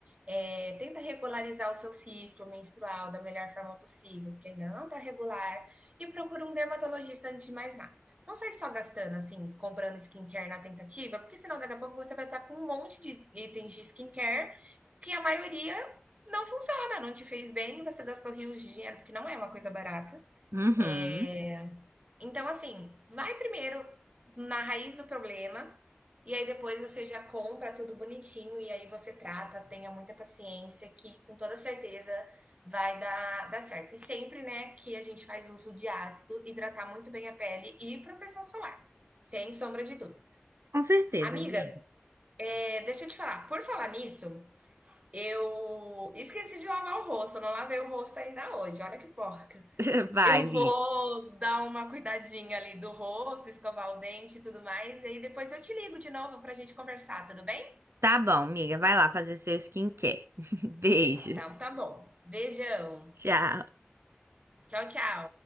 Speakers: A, on the right; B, on the right.
A: é, tenta regularizar o seu ciclo menstrual da melhor forma possível, porque ainda não está regular, e procura um dermatologista antes de mais nada. Não sai só gastando, assim, comprando skincare na tentativa, porque senão daqui a pouco você vai estar com um monte de itens de skincare que a maioria não funciona, não te fez bem, você gastou rios de dinheiro, porque não é uma coisa barata.
B: Uhum.
A: É, então, assim, vai primeiro na raiz do problema, e aí depois você já compra tudo bonitinho, e aí você trata, tenha muita paciência, que com toda certeza vai dar, dar certo. E sempre, né, que a gente faz uso de ácido, hidratar muito bem a pele e proteção solar, sem sombra de dúvidas.
B: Com certeza,
A: Amiga,
B: amiga.
A: é, deixa eu te falar, por falar nisso, eu esqueci de lavar o rosto, eu não lavei o rosto ainda hoje, olha que porca.
B: <laughs> Vai,
A: Eu vou
B: Vi.
A: dar uma cuidadinha ali do rosto, escovar o dente e tudo mais, e aí depois eu te ligo de novo para a gente conversar, tudo bem?
B: Tá bom, amiga. Vai lá fazer seu skincare. <laughs> Beijo.
A: Então tá bom. Beijão.
B: Tchau.
A: Tchau, tchau.